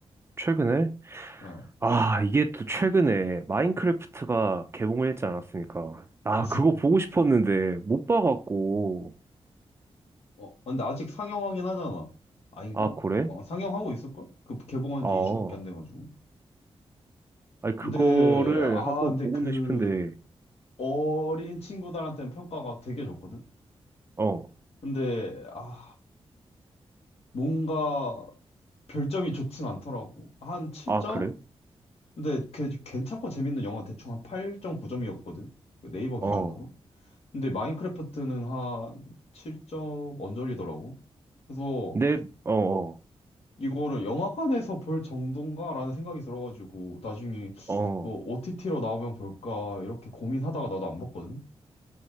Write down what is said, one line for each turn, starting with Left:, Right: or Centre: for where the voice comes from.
Right: 최근에?
Left: 어.
Right: 아, 이게 또 최근에 마인크래프트가 개봉을 했지 않았습니까? 아,
Left: <laughs>
Right: 그거 보고 싶었는데 못 봐갖고.
Left: 어, 아, 근데 아직 상영하긴 하잖아. 아닌가?
Right: 아, 그래?
Left: 어, 상영하고 있을걸? 그 개봉한
Right: 어,
Left: 지 2주밖에 안 돼가지고.
Right: 아니, 그거를
Left: 근데, 아,
Right: 한번
Left: 근데
Right: 보고는
Left: 그
Right: 싶은데,
Left: 어린 친구들한테는 평가가 되게 좋거든?
Right: 어,
Left: 근데, 아, 뭔가 별점이 좋진 않더라고. 한 7점?
Right: 아, 그래?
Left: 근데 걔- 괜찮고 재밌는 영화 대충 한 8.9점이었거든. 네이버 기준으로.
Right: 어,
Left: 근데 마인크래프트는 한 7점 언저리더라고. 그래서
Right: 근데, 어, 어,
Left: 이거를 영화관에서 볼 정도인가라는 생각이 들어가지고 나중에
Right: 어.
Left: 뭐 OTT로 나오면 볼까 이렇게 고민하다가 나도 안 봤거든.